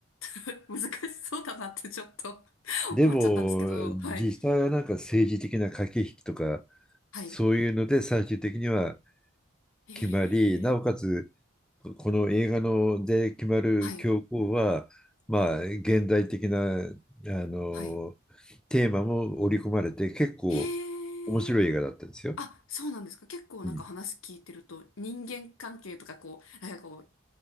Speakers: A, on the left; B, in the centre.
A: <laughs> 難しそうだなってちょっと <laughs>
B: でも、
A: 思っちゃったんですけど、はい、
B: 実際はなんか政治的な駆け引きとか、
A: はい。
B: そういうので最終的には
A: へえ、
B: 決まり、なおかつこの映画ので決まる教皇は、
A: はい、
B: まあ、現代的なあの
A: はい。
B: テーマも織り込まれて結構
A: へえ。
B: 面白い映画だったんですよ。
A: あ、そうなんですか。結構なんか話聞いてると、
B: うん、
A: 人間関係とかこう、なんかこう、